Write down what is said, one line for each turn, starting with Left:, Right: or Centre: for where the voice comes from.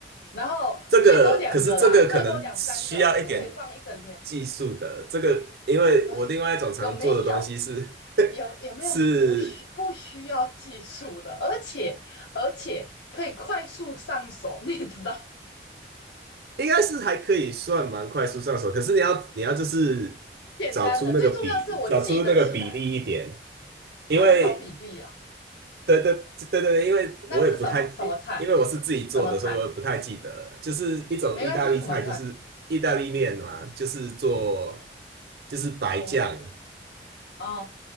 Left: 然后最多两个啦，
Right: 这个可是这个可能需要一点
Left: 最多两三个，就是可以放一整天。
Right: 技术的，这个因为我另外一种常做的东西是
Left: 哎，有没有？有有没有不需不需要技术的，
Right: <laughs> 是
Left: 而且而且可以快速上手？你也知道，
Right: 应该是还可以算蛮快速上手，可是你要你要就是
Left: 简单的，
Right: 找出那个比找出那个比例一点，
Left: 最重要是我记得起来，
Right: 因为
Left: 还要找比例啊。
Right: 对对对对对，因为我也不太
Left: 那是什么什么菜？
Right: 因为我是自己做的，
Left: 什么菜？
Right: 所以我也不太记得就是一种意大利菜，
Left: 没关系，什么菜？
Right: 就是意大利面嘛，就是做就是白酱。
Left: 哦，一点哦，